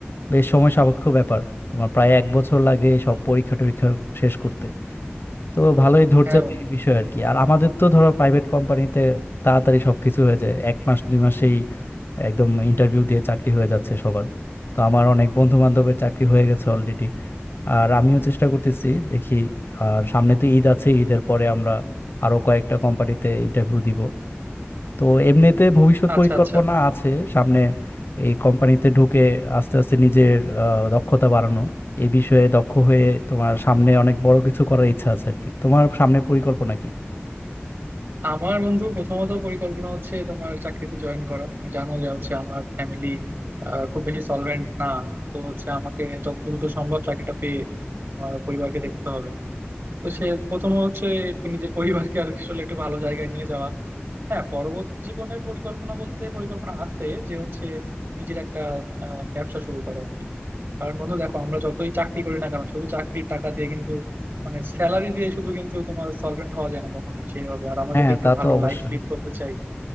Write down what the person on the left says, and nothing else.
বেশ সময় সাপেক্ষ ব্যাপার তোমার প্রায় এক বছর লাগে এই সব পরীক্ষা টরীক্ষা শেষ করতে তো ভালোই ধৈর্যের
বি- বিষয় আর কি আর আমাদের তো ধরো প্রাইভেট কোম্পানিতে তাড়াতাড়ি সবকিছু হয়ে যায় এক মাস দুই মাসেই একদম ইন্টারভিউ দিয়ে চাকরি হয়ে যাচ্ছে সবার তো আমার অনেক বন্ধু বান্ধবের চাকরি হয়ে গেছে অলরেডি আর আমিও চেষ্টা করতেছি দেখি আর সামনে তো ঈদ আছে ঈদের পরে আমরা আরো কয়েকটা কোম্পানিতে ইন্টারভিউ দিব তো এমনিতে ভবিষ্যৎ
পরিকল্পনা
আছে সামনে এই কোম্পানিতে ঢুকে আস্তে আস্তে নিজের আহ, দক্ষতা বাড়ানো এই বিষয়ে দক্ষ হয়ে তোমার সামনে অনেক বড় কিছু করার ইচ্ছা আছে আর কি তোমার সামনে পরিকল্পনা কি
হ্যাঁ
তা
তো অবশ্যই